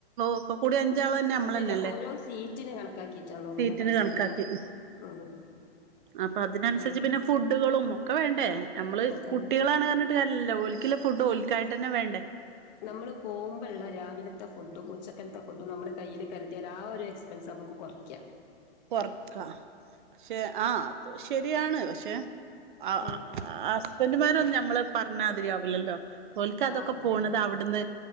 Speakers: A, on the right (about 50°); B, on the left (about 40°).
A: ഒക്കെ കൂടി അഞ്ച് അഞ്ചാള് തന്നെ നമ്മള്
B: അത്
A: തന്നെല്ലേ
B: ഓരോ സീറ്റിന് കണക്കാക്കിയിട്ടാന്ന് തോന്നുന്നുണ്ട്
A: സീറ്റിന്
B: പൈസ
A: കണക്കാക്കി
B: അല്ലേ
A: ഉ
B: ഉം
A: അപ്പൊ അതിന് അനുസരിച്ച്
B: അന്ന്
A: പിന്നെ ഫുഡുകളും ഒക്കെ വേണ്ടേ നമ്മള്
B: അതന്നെ
A: കുട്ടികളാണ് പറഞ്ഞിട്ട് കാര്യയില്ലല്ലോ ഓലിക്കയിട്ടുള്ള ഫുഡ് ഓലിക്കായിട്ട്‌ തന്നെ വേണ്ടേ
B: നമ്മള് പോകുമ്പഴുള്ള രാവിലത്തെ ഫുഡും ഉച്ചക്കലത്തെ ഫുഡും നമ്മള് കയ്യില് കരു ആഹ് ഒരു എക്സ്പെൻസ് നമ്മക്ക് കെറയ്ക്കാം
A: കൊറക്കാം ആ ശ അത് ശരിയാണ് പക്ഷെ ആ
B: ഉം
A: ഹസ്ബൻഡുമാരൊന്നും നമ്മള് പറഞ്ഞ മാതിരി ആവില്ലല്ലോ ഓൾക്ക് അതൊക്കെ
B: ആ അതെ
A: പോണത് അവിടെന്ന്